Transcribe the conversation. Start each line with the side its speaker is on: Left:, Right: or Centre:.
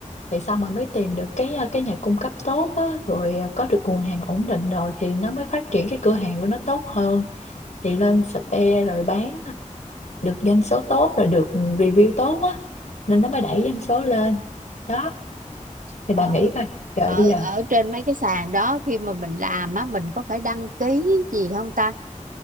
Left: thì sau mà mới tìm được cái ờ, cái nhà cung cấp tốt á rồi ờ, có được nguồn hàng ổn định rồi thì nó mới phát triển cái cửa hàng của nó tốt hơn thì lên spare rồi bán ờ, được doanh số tốt rồi được review tốt á nên nó mới đẩy doanh số lên đó thì
Right: ở
Left: bà nghĩ coi trời
Right: ở
Left: bây giờ
Right: ở trên mấy cái sàn đó khi mà mình làm á mình có phải đăng ký gì không ta